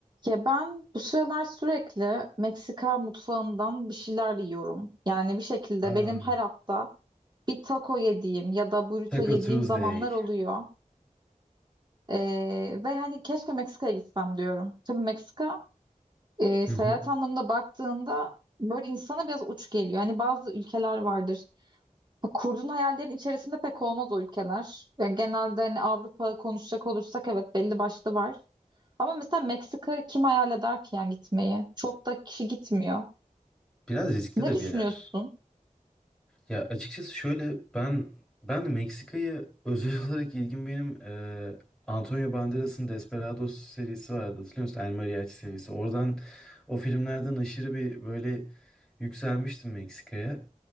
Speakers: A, on the right; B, in the centre.
A: Ya ben bu sıralar sürekli Meksika mutfağından bir şeyler yiyorum. Yani bir şekilde
B: Aa,
A: benim her hafta bir taco yediğim ya da burrito
B: Taco
A: yediğim
B: Tuesday.
A: zamanlar oluyor. Ee, ve hani keşke Meksika'ya gitsem diyorum. Tabii Meksika e,
B: Hı
A: seyahat
B: hı.
A: anlamında baktığında böyle insana biraz uç geliyor. Hani bazı ülkeler vardır. Bu Kurduğun hayallerin içerisinde pek olmaz o ülkeler. Yani genelde hani Avrupa konuşacak olursak evet belli başlı var. Ama mesela Meksika kim hayal eder ki yani gitmeyi? Çok da kişi gitmiyor.
B: Biraz riskli
A: Ne
B: de
A: düşünüyorsun?
B: bir yer. Ya açıkçası şöyle ben ben de Meksika'ya <laughs> özel olarak ilgim benim eee, Antonio Banderas'ın Desperados serisi vardı hatırlıyor musun? El Mariachi serisi. Oradan o filmlerden aşırı bir böyle yükselmiştim Meksika'ya.